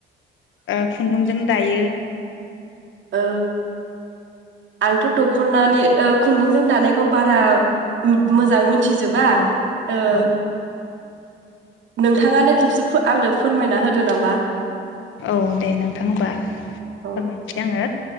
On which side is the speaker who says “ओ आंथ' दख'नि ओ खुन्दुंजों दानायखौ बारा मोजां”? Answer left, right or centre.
Right